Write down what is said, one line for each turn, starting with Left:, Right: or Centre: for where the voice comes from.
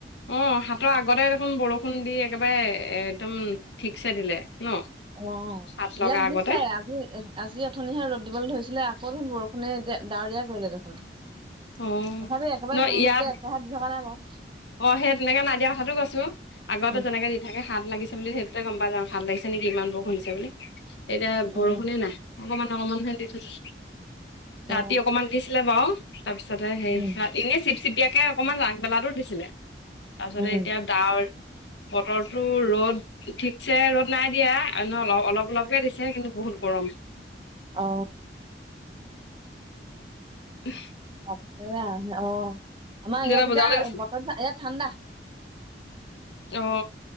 Left: অ হাতৰ
Right: আমাৰ
Left: আগতে দেখোন বৰষুণ দি একেবাৰে একদম ঠিকছে দিলে ন
Right: অ
Left: হাত লগা
Right: ইয়াত
Left: আগতে
Right: দিছে। আজি-আজি অথনিহে ৰ'দ দিবলৈ ধৰিছে আছিলে আকৌ দেখোন বৰষুণে ডাৱৰীয়া কৰিলে দেখোন। তথাপি
Left: অ',
Right: একেবাৰে
Left: ন
Right: হোৰ
Left: ইয়াত
Right: হোৰকে একেবাৰে দি থকা নাই বাও।
Left: অ সেই তেনেকে নাই দিয়া কথাটো কৈছো। আগতে
Right: উম
Left: যেনেকে দি থাকে হাত লাগিছে বুলি সেইটোতে গম পাই যাও হাত লাগিছে নেকি ইমান বৰষুণ দিছে বুলি। এতিয়া বৰষুণে
Right: উম
Left: নাই। অকমান অকমান হে দি থৈছে।
Right: অ
Left: ৰাতি অকমান দিছিলে বাৰু। তাৰপিছতে হে
Right: উম
Left: এনেই চিপ চিপিয়াকে অকনমান আগবেলা টো ছিলে। তাৰপিছতে
Right: উম
Left: এতিয়া ডাৱৰ
Right: <inaudible>
Left: বতৰটো ৰ'দ ঠিকছে ৰ'দ নাই দিয়া। এনে অলপ অলপ অলপকে দিছে কিন্তু বহুত গৰম। <inaudible>
Right: অ।
Left: উহ
Right: অ আমাৰ
Left: দেউতা
Right: ইয়াত
Left: বজাৰলৈ
Right: এতিয়া
Left: গৈছে
Right: বতৰ ইয়াত ঠাণ্ডা।
Left: অ।